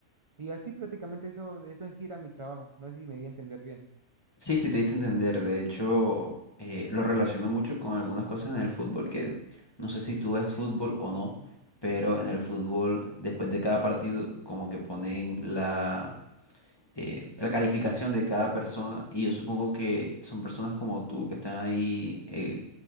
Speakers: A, on the right; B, on the left.
A: y así prácticamente eso, eso gira mi trabajo. No sé si me di a entender bien.
B: Sí, sí, te diste a entender. De hecho, eh, lo relaciono mucho con algunas cosas en el fútbol, que no sé si tú ves fútbol o no, pero en el fútbol, después de cada partido, como que ponen la... eh, la calificación de cada persona. Y yo supongo que son personas como tú que están ahí eh,